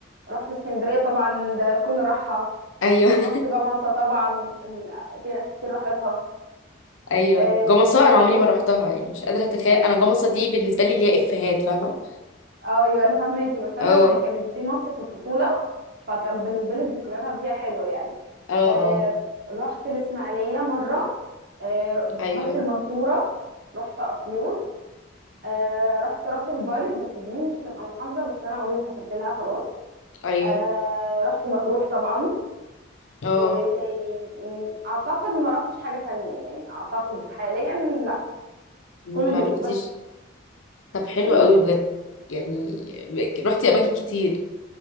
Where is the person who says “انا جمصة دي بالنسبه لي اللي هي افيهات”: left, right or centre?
Left